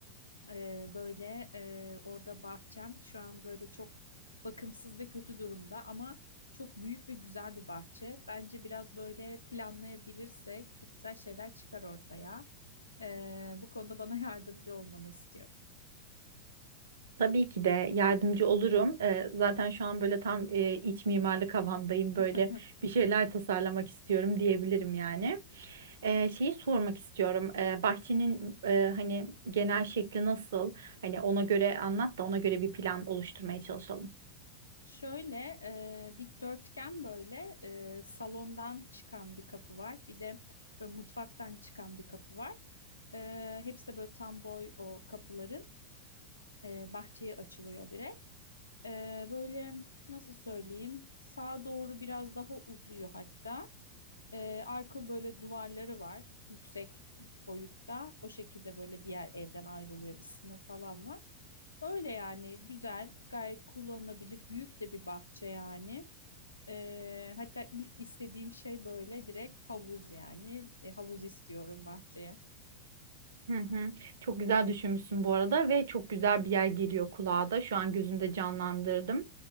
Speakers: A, on the left (about 80°); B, on the right (about 60°).
A: Ee, böyle e, orada bahçem şu an böyle çok bakımsız ve kötü durumda ama çok büyük ve güzel bir bahçe. Bence biraz böyle planlayabilirsek çok güzel şeyler çıkar ortaya. Ee, bu konuda bana <laughs> yardımcı olmanı istiyorum.
B: Tabii ki de yardımcı olurum. E, zaten şu an böyle tam e, iç mimarlık havamdayım. Böyle
A: <laughs>
B: bir şeyler tasarlamak istiyorum diyebilirim yani. E, şeyi sormak istiyorum. E, bahçenin e, hani genel şekli nasıl? Hani ona göre anlat da ona göre bir plan oluşturmaya çalışalım.
A: Şöyle e, dikdörtgen böyle e, salondan çıkan bir kapı var. Bir de böyle mutfaktan çıkan bir kapı var. E, hepsi de böyle tam boy o kapıların e, bahçeye açılıyor direkt. E, böyle nasıl söyleyeyim sağa doğru biraz daha uzuyor hatta. Ee, arka böyle duvarları var yüksek boyutta. O şekilde böyle diğer evden ayrılıyor bir sınır falan var. Öyle yani güzel, gayet kullanılabilir. Büyük de bir bahçe yani. Ee, hatta ilk istediğim şey böyle direkt havuz yani. E, havuz istiyorum bahçeye.
B: Hı hı. Çok güzel düşünmüşsün bu arada ve çok güzel bir yer geliyor kulağa da. Şu an gözümde canlandırdım.